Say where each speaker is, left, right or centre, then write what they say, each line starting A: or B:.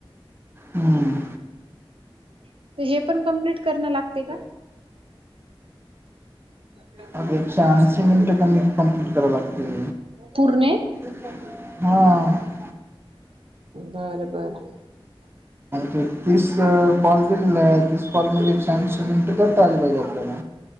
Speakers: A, on the right; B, on the right.
A: हम्म.
B: अच्छा. तर हे पण कंप्लीट करणं लागते का. ह.
A: मग एकशे ऐंशी मिनट क कम्प्लीट कराव लागते.
B: पुरणे.
A: हा.
B: बर बर.
A: ते तीस कॉल केलेला तीस. कॉलमली स सिमेंट करता आले पाहिजे आपल्याला.